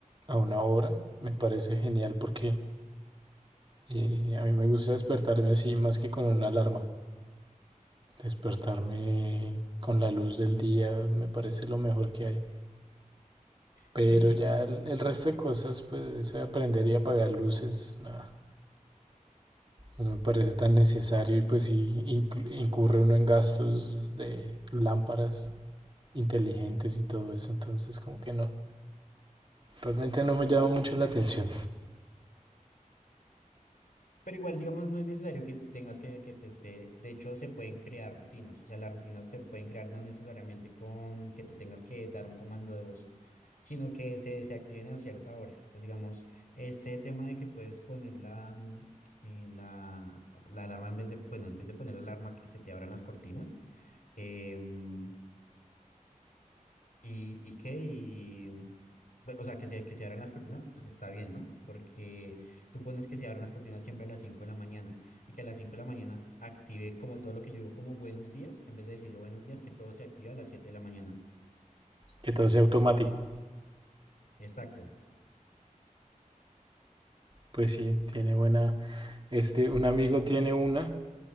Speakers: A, on the right; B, on the left.
A: a una hora, me parece genial porque eh, a mí me gusta despertarme así más que con una alarma. Despertarme con la luz del día me parece lo mejor que hay. Pero
B: Sí,
A: ya el, el resto de cosas, pues eso de aprender y apagar luces, nada, no me parece tan necesario y pues sí inclu- incurre uno en gastos de lámparas inteligentes y todo eso, entonces como que no. Realmente no me llama mucho la atención
B: pero igual, digamos, no es necesario que tú tengas que, que te esté, de hecho, se pueden crear rutinas, o sea, las rutinas se pueden crear no necesariamente con que tú tengas que dar un comando de voz, sino que se, se activen a cierta hora. Entonces, digamos, ese tema de que puedes poner la, mm, eh, la, la alarma en vez de, bueno, en vez de poner la alarma que se te abran las cortinas. em, ¿Y, y qué? Y, bu- o sea, que se, que se abran las cortinas, pues está bien, ¿no? Porque tú pones que se abran las cortinas siempre a las 5 de la mañana y que a las 5 de la mañana active como todo lo que yo digo como buenos días, en vez de decir yo buenos días, que todo se activa a las siete de la mañana.
A: que todo sea automático.
B: Exacto.
A: Pues sí, tiene buena... Este, un amigo tiene una